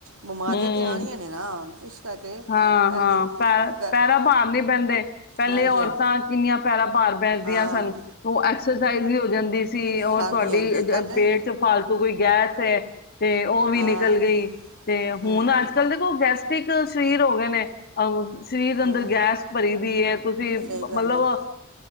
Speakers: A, on the right; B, on the left.
A: ਬਿਮਾਰੀਆਂ
B: ਹਮ
A: ਤੇ ਆਣੀਆਂ ਨੇ ਨਾ ਇਸ ਕਰਕੇ
B: ਹਾਂ
A: ਪਹਿਲੀ
B: ਹਾਂ ਪੈ
A: ਪਹਿ-
B: ਪੈਰਾ ਭਾਰ ਨੀ ਪੈਂਦੇ ਪਹਿਲੇ
A: ਹਾਂਜੀ
B: ਔਰਤਾਂ
A: ਹਾਂ,
B: ਕਿੰਨੀਆਂ ਪੈਰਾਾਂ ਭਾਰ ਬੈਦੀਆਂ
A: ਹਾਂ
B: ਸਨ ਉਹ ਐਕਸਰਸਾਈਜ਼ ਵੀ ਹੋ ਜਾਂਦੀ ਸੀ ਔਰ
A: ਹਾਂਜੀ
B: ਤੁਹਾਡੀ
A: ਹਾਂਜੀ ਕਹਿੰਦੇ
B: ਪੇਟ ਚ ਫਾਲਤੂ ਤੂੰ ਕੋਈ ਗੈਸ ਹੈ ਤੇ ਉਹ ਵੀ
A: ਹਾਂ
B: ਨਿਕਲ ਗਈ
A: ਹੂੰ
B: ਹੁਣ ਅੱਜ ਕੱਲ ਦੇਖੋ ਸਸਟਿਕ ਸਰੀਰ ਹੋ ਗਏ ਨੇ ਅਹ ਸਰੀਰ
A: ਹੂੰ
B: ਅੰਦਰ ਗੈਸ ਭਰੀ ਵੀਤ ਤੁਸੀਂ
A: ਸਹੀ ਗੱਲ
B: ਮਤਲਬ
A: ਹੈ